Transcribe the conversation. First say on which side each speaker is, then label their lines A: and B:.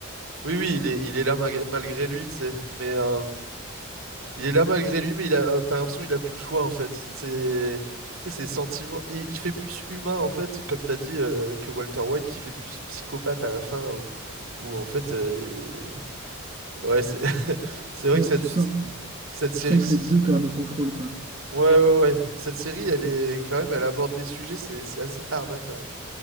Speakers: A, on the right (about 65°); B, on the right (about 30°).
A: Oui, oui, il est, il est là mag- malgré lui, tu sais. Mais euh, il est là malgré lui, mais il a, euh, t'as l'impression qu'il a plus le choix en fait. C'est, tu sais, ses sentiments. Il, il fait plus humain en fait, comme t'as dit, euh, que Walter White, qui fait plus psychopathe à la fin, où, où, en fait, euh, ouais, c'est, <laughs> c'est vrai
B: Bah,
A: que cette,
B: tu sens,
A: cette série,
B: tu sens que
A: c-
B: les deux perdent le contrôle, quoi.
A: ouais, ouais, ouais, cette série, elle est quand même, elle aborde des sujets, c'est, c'est assez hard hein, quand même.